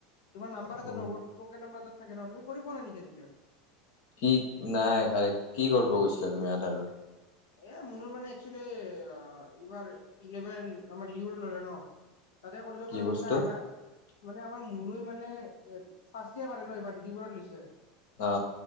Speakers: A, on the left; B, on the left.
A: তোমাৰ নাম্বাৰ এটা
B: অ
A: ৰ'ব টোকেন নাম্বাৰ এটা থাকে ন, তুমি কৰি পোৱা নাই নেকি?
B: কি নাই ভাই, কি কৰিব গৈছিলা তুমি আধাৰৰ?
A: এ মন মানে একচুৱেলি এইবাৰ ইলেভেন আমাৰ ইউৰ ল'ৰা ন। তাতে কলেজৰ
B: কি
A: পৰা মানে
B: বস্তু
A: তাৰ আধা মানে আমাৰ মুনু মানে এ ফাষ্ট ইয়েৰ পাৰে ন এইবাৰ- কিহৰ লৈছে,
B: অ